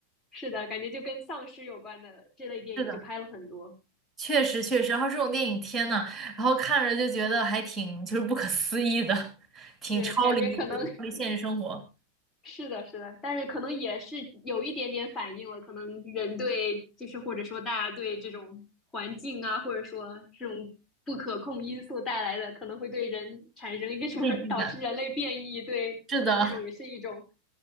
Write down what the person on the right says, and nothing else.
是的，确实确实。然后这种电影，天呐，然后看着就觉得还挺就是不可思议的，挺超离就超离现实生活。
畏惧感。
是的，